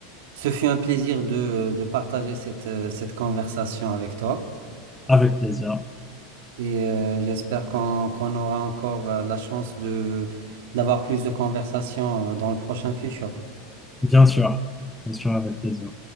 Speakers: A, on the right; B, in the centre.
A: ce fut un plaisir de, euh, de partager cette, euh, cette conversation avec toi.
B: Avec plaisir.
A: Et euh, j'espère qu'on qu'on aura encore euh, la chance de d'avoir plus de conversations euh, dans le prochain futur.
B: Bien sûr. Bien sûr, avec plaisir.